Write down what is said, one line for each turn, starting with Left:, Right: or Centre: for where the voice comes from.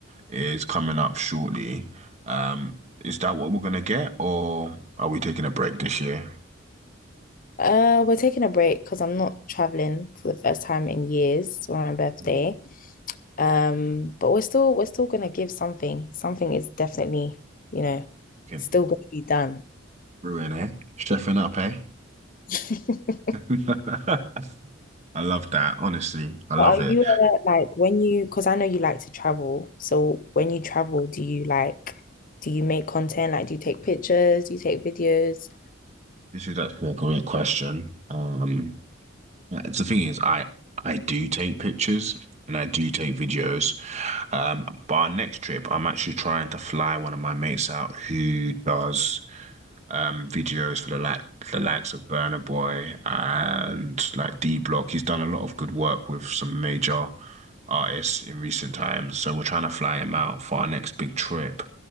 Right: is coming up shortly. Um, is that what we're gonna get, or are we taking a break this year?
Left: Uh, we're taking a break because I'm not traveling for the first time in years for my birthday.
Right: Mm.
Left: Um, but we're still we're still gonna give something. Something is definitely, you know,
Right: Fucking
Left: still gonna be done.
Right: Brewing, eh? Chefing up, eh?
Left: <laughs>
Right: <laughs> I love that. Honestly, I love
Left: But Are
Right: it.
Left: you uh, like when you, because I know you like to travel, so when you travel, do you like, do you make content? Like, do you take pictures? Do you take videos?
Right: This is actually a great question. Um, Yeah, it's the thing is, I I do take pictures and I do take videos. Um, but our next trip, I'm actually trying to fly one of my mates out who does um videos for the like the likes of Burna Boy and like D Block. He's done a lot of good work with some major artists in recent times. So we're trying to fly him out for our next big trip.